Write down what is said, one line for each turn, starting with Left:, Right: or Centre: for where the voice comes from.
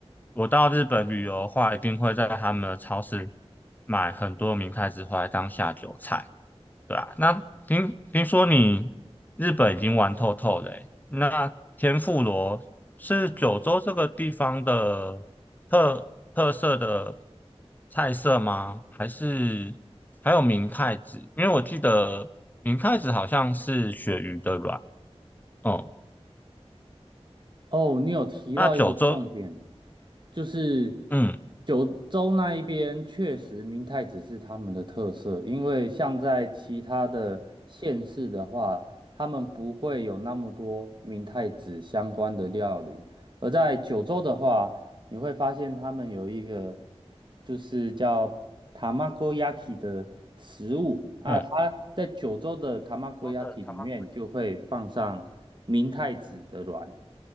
Left: 我到日本旅游的话，一定会在他们的超市买很多明太子回来当下酒菜。对啊，那听听说你日本已经玩透透了欸，那天妇罗是九州这个地方的特特色的菜色吗？还是还有明太子？因为我记得明太子好像是鳕鱼的卵哦。
Right: 哦，你有提到一个重点，
Left: 那九州，
Right: 就是
Left: 嗯
Right: 九州那一边确实明太子是他们的特色，因为像在其他的县市的话，他们不会有那么多明太子相关的料理，而在九州的话，你会发现他们有一个就是叫 tamagoyaki 的食物啊，
Left: 嗯，
Right: 它在九州的 tamagoyaki
Left: 九州的 tamagotchi
Right: 里面就会放上明太子的卵，